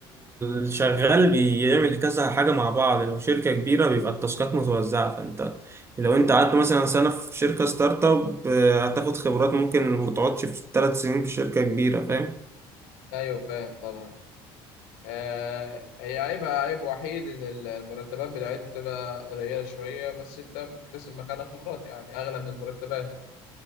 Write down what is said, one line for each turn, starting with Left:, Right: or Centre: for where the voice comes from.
Right: الشغال بيعمل كذا حاجة مع بعض لو شركة كبيرة بيبقى التاسكات متوزعة فانت لو انت قعدت مثلا سنة في شركة ستارت اب آه، هتاخد خبرات ممكن متقعدش في ثلاث سنين في شركة كبيرة فاهم
Left: ايوه فاهم طبعا آه، هي عيبها عيب وحيد ان ال- المرتبات بتاعتها بتبقى قليلة شوية بس انت بتكتسب مكانها خبرات يعني اغلى من المرتبات